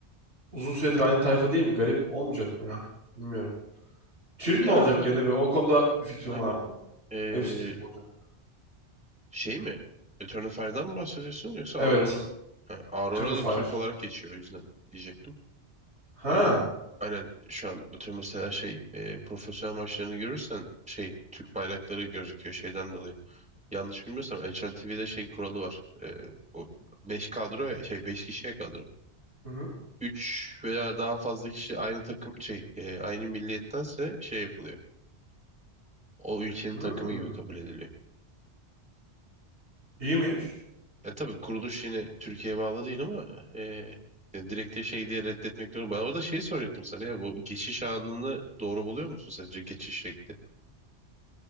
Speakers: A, on the right; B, in the centre.
A: uzun süredir aynı tayfa değil mi? Garip olmayacak mı ya? Bilmiyorum. Türk
B: Ya
A: mü olacak gene bir? O konuda bir fikrim
B: aynen.
A: var.
B: E,
A: Hepsi Türk olacak.
B: Şey mi? Eternal Fire'dan mı bahsediyorsun yoksa
A: Evet.
B: Aurora'nın Ha, Aurora
A: Eternal Fire.
B: da Türk olarak geçiyor o yüzden diyecektim.
A: Ha.
B: Böyle aynen şu an o tür mesela şey e, profesyonel maçlarını görürsen şey Türk bayrakları gözüküyor şeyden dolayı. Yanlış bilmiyorsam HLTV'de TV'de şey kuralı var. E, o 5 kadro ya şey 5 kişiye kadro.
A: Hı hı.
B: 3 veya daha fazla kişi aynı takım şey e, aynı milliyettense şey yapılıyor. O ülkenin
A: Hmm.
B: takımı gibi kabul ediliyor.
A: İyiymiş.
B: E tabii kuruluş yine Türkiye'ye bağlı değil ama e, yani direkt de şey diye reddetmek diyorum. Ben orada şeyi soracaktım sana ya bu geçiş anını doğru buluyor musun sence geçiş şekli?